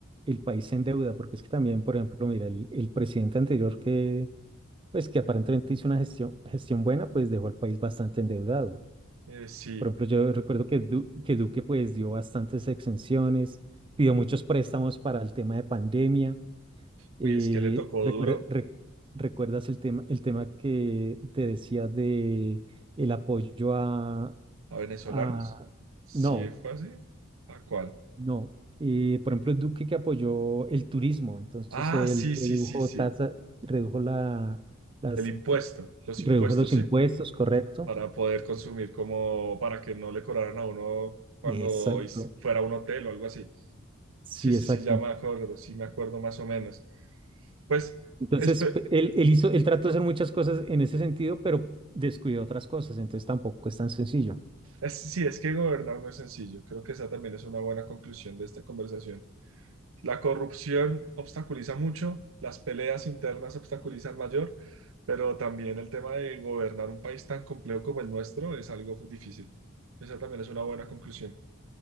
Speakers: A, on the right; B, on the right.
A: el país se endeuda, porque es que también, por ejemplo, mira, el, el presidente anterior que, pues, que aparentemente hizo una gestión, gestión buena, pues dejó al país bastante endeudado.
B: Eh, sí,
A: Por ejemplo, yo recuerdo que, Du- que Duque pues dio bastantes exenciones, pidió muchos préstamos para el tema de pandemia. Eh,
B: uy, es que le tocó
A: recuer-
B: duro
A: re- ¿recuerdas el tema, el tema que te decía de el apoyo a,
B: a venezolanos.
A: a-
B: Sí,
A: No,
B: fue así. ¿A cuál?
A: no. Eh, por ejemplo, Duque que apoyó el turismo, entonces
B: Ah,
A: él
B: sí,
A: redujo
B: sí, sí, sí.
A: tasa, redujo la, las,
B: El impuesto, los
A: redujo
B: impuestos,
A: los
B: ¿sí?
A: impuestos, ¿correcto?
B: para poder consumir como para que no le cobraran a uno cuando
A: Exacto,
B: is- fuera a un hotel o algo así.
A: sí,
B: Sí, sí,
A: exacto.
B: sí, ya me acuerdo, sí me acuerdo más o menos. Pues
A: Entonces,
B: espe-
A: pe- él, él hizo, él trató de hacer muchas cosas en ese sentido, pero descuidó otras cosas, entonces tampoco es tan sencillo.
B: es- sí, es que gobernar no es sencillo. Creo que esa también es una buena conclusión de esta conversación. La corrupción obstaculiza mucho, las peleas internas obstaculizan mayor, pero también el tema de gobernar un país tan complejo como el nuestro es algo difícil. Esa también es una buena conclusión.